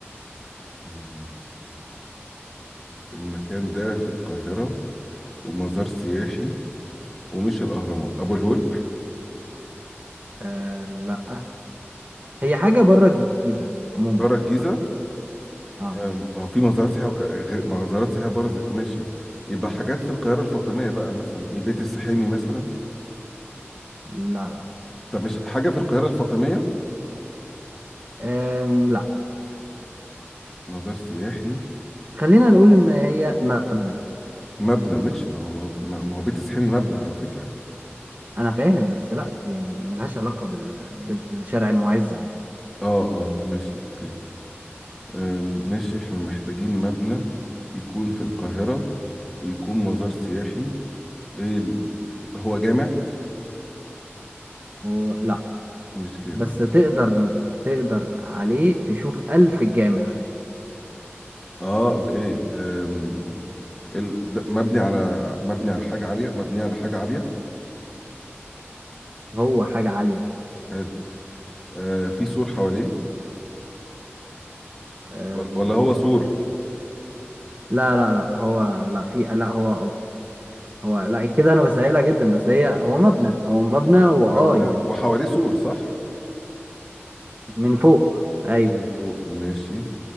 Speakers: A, in the centre; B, on the right (about 40°).
A: مم، المكان ده في القاهرة ومزار سياحي ومش الأهرامات أبو الهول
B: آه، لا هي حاجة بره الجيزة عموما
A: بره الجيزة
B: اه
A: آم، هو في مزارات سياحية آه، غير- مزارات سياحية بره زي- ماشي يبقى حاجات في القاهرة الفاطمية بقى مثلا إيه بيت السحيمي مثلا
B: لا لا
A: طب مش حاجة في القاهرة الفاطمية
B: آم، لا
A: مزار سياحي
B: خلينا نقول ان هي مبنى
A: مبنى ماشي ما هو ما ما هو بيت السحري مبنى على فكرة
B: انا فاهم بس لا يعني ملهاش علاقه بال... بالشارع المعز عموما
A: اه اه ماشي اوكي أم، ماشي احنا محتاجين مبنى يكون في القاهرة ويكون مزار سياحي ايه ال- هو جامع
B: هو لا
A: مش جامع
B: بس تقدر تقدر عليه تشوف الف جامع
A: اه اوكي أم، ال... ده مبني على مبني على حاجة عالية مبني على حاجة عالية
B: هو حاجه عاليه
A: حلو آه في سور حواليه
B: أم...
A: ولا ولا هو سور
B: لا لا لا هو لا في لا هو هو لا كده انا بسهلها جدا بس هي هو مبنى هو مبنى واه
A: مبنى
B: يعني
A: وحواليه سور صح
B: من فوق ايوه
A: من فوق ماشي